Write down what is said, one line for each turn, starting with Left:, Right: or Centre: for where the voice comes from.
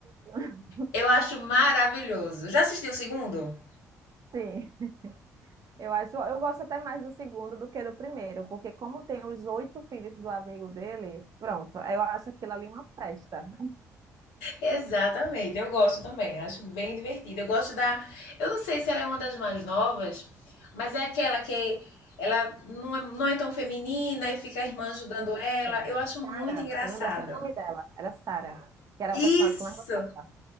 Right: <laughs>
Left: eu acho maravilhoso. Já assistiu o segundo?
Right: Sim. Eu acho, eu gosto até mais do segundo do que do primeiro, porque como tem os oito filhos do amigo dele, pronto, eu acho aquilo ali uma festa.
Left: Exatamente, eu gosto também, acho bem divertido. Eu gosto da. Eu não sei se ela é uma das mais novas, mas é aquela que ela não é, não é tão feminina e fica a irmã ajudando
Right: Isso.
Left: ela. Eu acho muito
Right: Sara,
Left: engraçado.
Right: eu lembro até o nome dela, era Sara, que era
Left: Isso!
Right: a personagem que eu mais gostava.